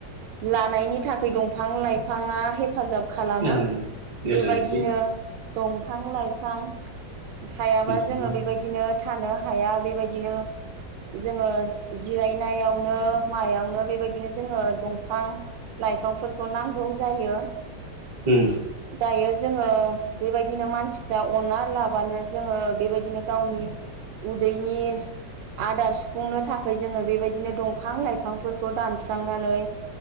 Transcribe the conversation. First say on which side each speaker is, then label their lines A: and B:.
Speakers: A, on the right; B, on the right.
A: लानायनि थाखाय दंफां लाइफाङा हेफाजाब खालामो
B: औ गोरोन्थि
A: बेबायदिनो दंफां लाइफां थायाबा
B: उम
A: जोङो बेबायदिनो थानो हाया बेबाय दिनो जोङो जिरायनायावनो मायावनो बेबायदिनो जोङो दंफां लाइफांफोरखौ नांगौ जायो।
B: होम
A: दायो जोङो बेबायदिनो मानसिफ्रा अनना लाबानो जोङो बेबायदिनो गावनि उदैनि आदार सुफुंनो थाखाय जोङो बेबायदिनो दंफां लाइफांफोरखौ दानस्रांनानै